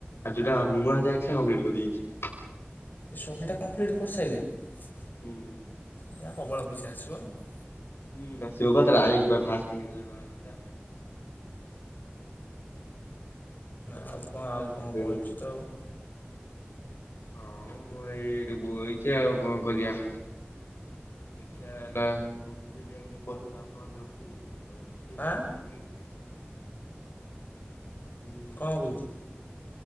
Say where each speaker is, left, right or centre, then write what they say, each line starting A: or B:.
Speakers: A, on the left; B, on the left.
A: ଆଉ ଯୋଉଟା ନୂଆ ଟାସ୍କ ସେରା କଂପ୍ଲିଟ୍ କରିଦେଇଛି।
B: ଶହେଟା କଂପ୍ଲିଟ୍ କରିସାରିଲେଣି।
A: ହୁଁ।
B: ନା ପ୍ରବଳ ପଇସା ଆସିବ ଆଉ।
A: ହୁଁ ଆସିବ ବା ତାର ଆଇଚି ବା ଫାଷ୍ଟ ତିନି ହଜାର ଟଙ୍କା ଆଇଥିଲା।
B: ଆଉ କଁ
A: ହେଲା
B: ଆଉ
A: ଫାଷ୍ଟ
B: କଁ
A: ପେମେଣ୍ଟ।
B: ବଇଚି ତ ଆଉ।
A: ହଁ ମ ମୁଁ ଏଇ ଏଇଠି ବଇଚି ଆଉ କଁ କରିବା। ଦେଖିବା ଏଇ ନା ବୁଲିବାକୁ ଯିବୁ କୁଆଡେ ଟିକେ ଦାନ୍ତ ୱାନ୍ତ ଘସିଦେବି।
B: ଆଁ
A: <unintelligible>
B: କଣ କହୁଛୁ।